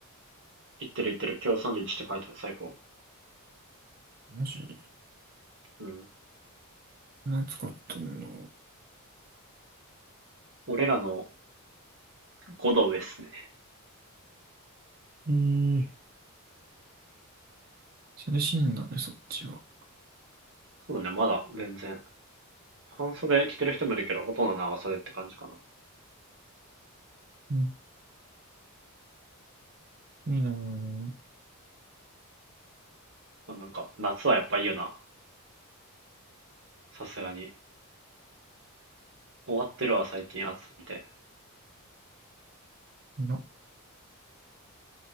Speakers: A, on the right (about 60°); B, on the right (about 45°).
A: 行ってる行ってる。今日31って書いてある、最高。
B: マジ
A: うん。
B: 暑かったんだ。
A: 俺らの5度上っすね。
B: えー、涼しいんだね、そっちは。
A: そうだね、まだ全然。半袖着てる人もいるけど、ほとんど長袖って感じかな。
B: うん、いいなぁ。
A: まあ、なんか、夏はやっぱいいよな。さすがに。終わってるわ、最近暑すぎて。
B: な、